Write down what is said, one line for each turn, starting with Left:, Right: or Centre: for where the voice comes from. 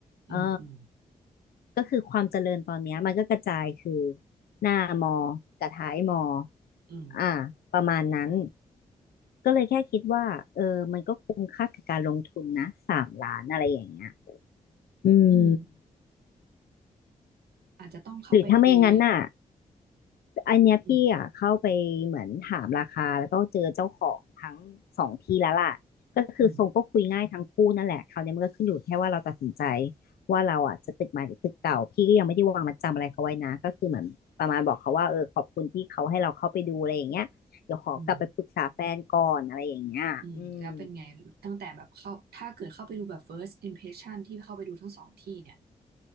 Right: อืมอืม
Left: เออ ก็คือความเจริญตอนเนี้ยมันก็กระจายคือหน้ามอกับท้ายมอ
Right: อืม
Left: อ่าประมาณนั้นก็เลยแค่คิดว่าเออมันก็คุ้มค่ากับการลงทุนนะสามล้านอะไรอย่างเงี้ยอืม
Right: อืมอาจจะต้องเข้าไปคุย
Left: หรือถ้าไม่อย่างนั้นน่ะ อันเนี้ยพี่อ่ะเข้าไปเหมือนถามราคาแล้วก็เจอเจ้าของทั้งสองที่แล้วล่ะก็คือทรงก็คุยง่ายทั้งคู่นั่นแหละคราวนี้มันก็ขึ้นอยู่แค่ว่าเราตัดสินใจ
Right: อืมอืม
Left: ว่าเราอ่ะจะตึกใหม่หรือตึกเก่าพี่ก็ยังไม่ได้วางมัดจำอะไรเขาไว้นะก็คือเหมือนประมาณบอกเขาว่าเออขอบคุณที่เขาให้เราเข้าไปดูอะไรอย่างเงี้ยเดี๋ยวขอกลับไปปรึกษาแฟนก่อนอะไรอย่างเงี้ยอืม
Right: อืมอืมแล้วเป็นไงตั้งแต่แบบเข้าถ้าเกิดเข้าไปดูแบบ first impression ที่เข้าไปดูทั้งสองที่เนี่ย